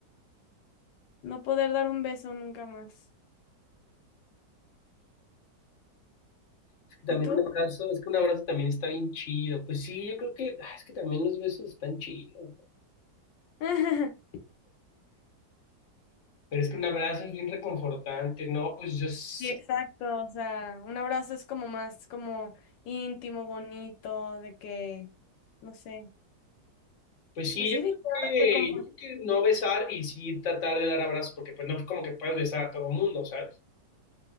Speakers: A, on the left; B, on the left.
A: No poder dar un beso nunca más.
B: Es que también
A: ¿Y tú?
B: un abrazo, es que un abrazo también está bien chido. Pues sí, yo creo que, ah, es que también los besos están chidos,
A: <laughs>
B: Pero es que un abrazo es bien reconfortante, ¿no? Pues yo, s-
A: Sí, exacto. O sea, un abrazo es como más como íntimo, bonito, de que, no sé.
B: pues sí,
A: Pues
B: yo
A: sí,
B: creo
A: claro,
B: que,
A: reconfortante.
B: yo creo que no besar y sí tratar de dar abrazos, porque pues no es como que puedas besar a todo mundo, ¿sabes?